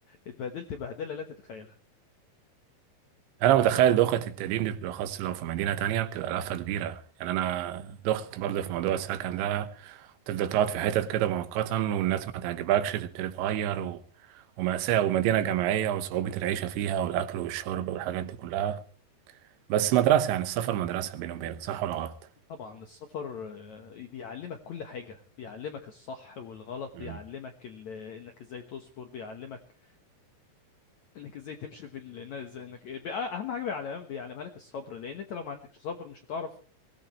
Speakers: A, on the left; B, on the right.
A: اتبهدلت بهدلة لا تتخيلها
B: انا متخيل دوخة التقديم دي بالاخص لو في مدينة تانية بتبقى لفة كبيرة يعني انا دخت برضه في موضوع السكن ده تفضل تقعد في حتت كده مؤقتا والناس ما تعجبكش تبتدي تغير و... ومأساة ومدينة جامعية وصعوبة العيشة فيها والأكل والشرب والحاجات دي كلها بس مدرسة يعني السفر مدرسة بيني وبينك صح ولا غلط؟
A: طبعا السفر آه، بيعلمك كل حاجة بيعلمك الصح والغلط
B: مم.
A: بيعلمك ال... إنك إزاي تصبر بيعلمك إنك إزاي تمشي في ال... إنك إزاي- إنك آه، بي- آه، أهم حاجة بيعلم... بيعلمها لك الصبر لأن أنت لو ما عندكش صبر مش هتعرف